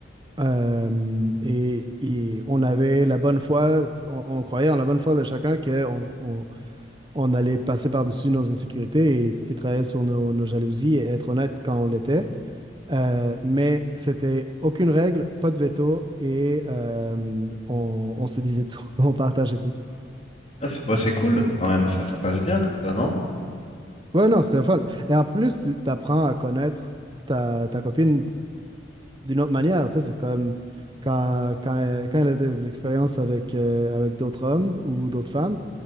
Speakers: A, on the right (about 25°); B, on the left (about 35°).
A: Euh, et, et on avait la bonne foi, on, on croyait en la bonne foi de chacun qu'on on, on- on allait passer par-dessus nos insécurités et, et travailler sur nos, nos jalousies et être honnête quand on l'était. Euh, mais c'était aucune règle, pas de veto et euh, on, on se disait tout, <laughs> on partageait tout. <laughs>
B: Ah, c'est bah, c'est cool quand même, enfin ça passe bien comme ça, non?
A: Ouais, non, c'était fun. Et en plus, tu apprends à connaître ta, ta copine d'une autre manière. Tu sais, c'est comme quand, quand, elle, quand elle a des expériences avec, euh, avec d'autres hommes ou d'autres femmes,